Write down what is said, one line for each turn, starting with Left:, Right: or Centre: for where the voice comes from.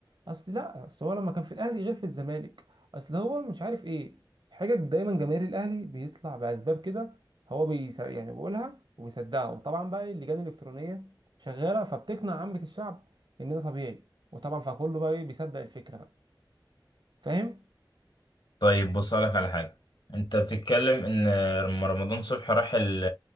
Right: اصل لا اصل هو لما كان في الاهلي غير في الزمالك اصل هو مش عارف ايه حاجه دايما جماهير الاهلي بيطلع باسباب كده هو بيس يعني بيقولها وبيصدقها وطبعا بقى اللجان الالكترونيه شغاله فبتقنع عامه الشعب ان ده طبيعي وطبعا فكله بقى ايه بيصدق الفكره بقى فاهم
Left: طيب بص لك على حاجة انت بتتكلم ان لما رمضان صبحي راح ال...